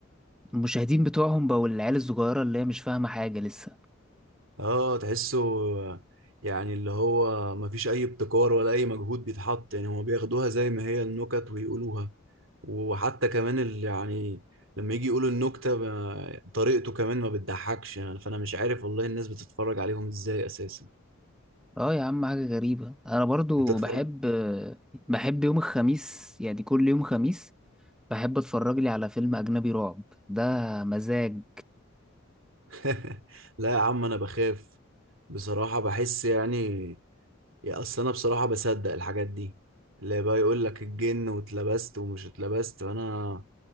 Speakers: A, in the centre; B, on the right (about 70°).
A: المشاهدين بتوعهم بقوا العيال الصغيرة اللي هي مش فاهمة حاجة لسه
B: اه تحسه يعني اللي هو مفيش اي ابتكار ولا اي مجهود بيتحط يعني هما بياخدوها زي ما هي النكت ويقولوها وحتى كمان اللي يعني لما يجي يقولوا النكتة ب- طريقته كمان ما بتضحكش يعني فانا مش عارف والله الناس بتتفرج عليهم ازاي اساسا
A: اه يا عم حاجة غريبة انا برضو
B: انت اتفرجت
A: بحب بحب يوم الخميس يعني كل يوم خميس بحب اتفرج لي على فيلم اجنبي رعب ده مزاج
B: <laughs> لا يا عم انا بخاف بصراحة بحس يعني يا اصل انا بصراحة بصدق الحاجات دي اللي بقى يقول لك الجن واتلبست ومش اتلبست وانا